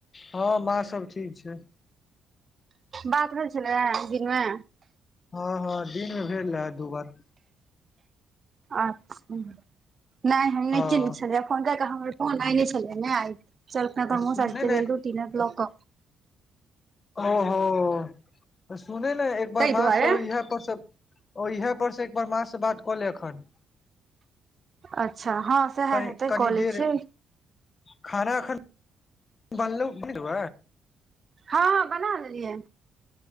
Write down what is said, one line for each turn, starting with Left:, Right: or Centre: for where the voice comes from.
Left: हँ मा सब ठीक छै
Right: बात भेल छलै दिन मे
Left: हँ हँ दिनमे भेल रहे दू बार
Right: अच्छा नहि हम नहिचेन्
Left: हँ
Right: नहि छलियै फोन कर कऽ हमर फोन आइ नहि छलियै नहि आइ चलकना त
Left: सुनने
Right: मग <unintelligible> साझ व
Left: ने
Right: बेर दू तीन क्लॉक क
Left: ओ हो त सुने ने एक
Right: ताहि
Left: बार म
Right: दुआरे
Left: यहाँ पर सब ओ इहे पर से एकबार माँ से बात कऽ ले एखन
Right: अच्छा हँ सएह
Left: कनि
Right: हेतै
Left: कनि
Right: कॉलेज
Left: देर
Right: छिए
Left: खाना अखैन बल्लो देनब
Right: हँ बना लेलियै